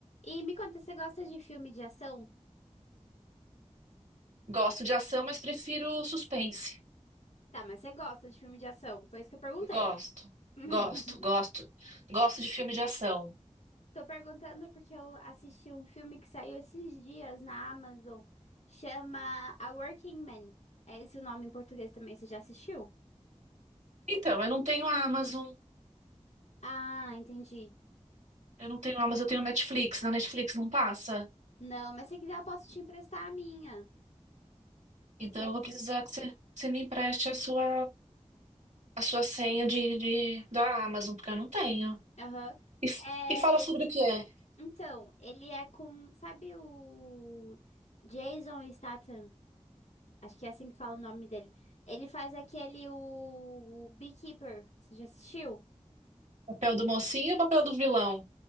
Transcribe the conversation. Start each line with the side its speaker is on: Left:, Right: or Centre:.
Left: E me conta, você gosta de filme de ação?
Right: Gosto de ação, mas prefiro suspense.
Left: Tá, mas você gosta de filme de ação? Foi isso que eu perguntei.
Right: Gosto,
Left: <laughs>
Right: gosto, gosto. Gosto de filme de ação.
Left: Tô perguntando porque eu assisti um filme que saiu esses dias na Amazon. Chama A Working Man. É esse o nome em português também, você já assistiu?
Right: Então, eu não tenho Amazon.
Left: Ah, entendi.
Right: Eu não tenho Amazon, eu tenho Netflix. Na Netflix não passa.
Left: Não, mas se quiser eu posso te emprestar a minha.
Right: Então,
Left: Quer...
Right: eu vou precisar que você, que você me empreste a sua, a sua senha de, de- da Amazon, porque eu não tenho.
Left: Aham.
Right: E, f-
Left: É,
Right: e fala sobre
Left: e-
Right: o que é?
Left: Então, ele é com... Sabe o Jason Statham? Acho que é assim que fala o nome dele. Ele faz aquele o, o Beekeeper. Você já assistiu?
Right: Papel do mocinho ou papel do vilão?